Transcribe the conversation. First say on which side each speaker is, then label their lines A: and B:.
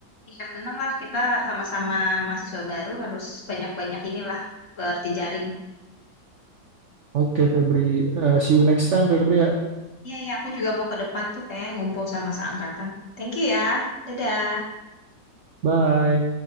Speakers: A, on the left; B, on the right.
A: Ya, seneng lah kita sama-sama mahasiswa baru harus banyak-banyak inilah berjejaring.
B: Oke Febri, Eh, see you next time Febri ya.
A: Iya, ya, aku juga mau ke depan tuh kayak ngumpul sama seangkatan. Thank you ya. Dadah.
B: Bye.